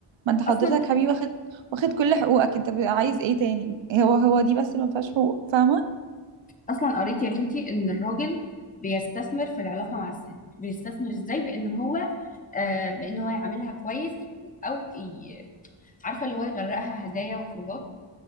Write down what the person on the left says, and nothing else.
اصلا
اصلا قريت يا بنتي ان الراجل بيستثمر في العلاقه مع الست بيستثمر ازاي بان هو آه بان هو يعاملها كويس او ي- عارفه اللي هو يغرقها هدايا وخروجات